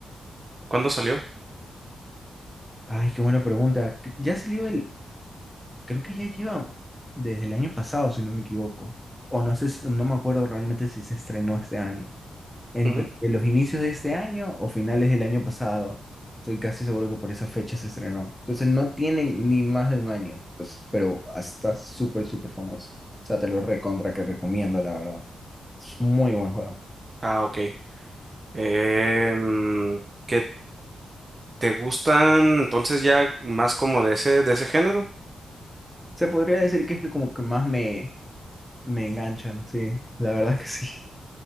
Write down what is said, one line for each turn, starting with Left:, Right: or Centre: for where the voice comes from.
Right: ¿Cuándo salió?
Centre: Ay, qué buena pregunta. C- Ya salió el, creo que ya lleva desde el año pasado, si no me equivoco. O no sé, si- no me acuerdo realmente si se estrenó este año. entre
Right: Ujú.
Centre: los inicios de este año o finales del año pasado. Estoy casi seguro que por esa fecha se estrenó. Entonces no tienen ni más de un año, pues, pero está súper, súper famoso. O sea, te lo recontra que recomiendo, la verdad. Es muy buen juego.
Right: Ah, ok. Em, ¿qué te gustan entonces ya más como de ese, de ese género?
Centre: Se podría decir que es el como que más me, me enganchan, sí. La verdad es que sí,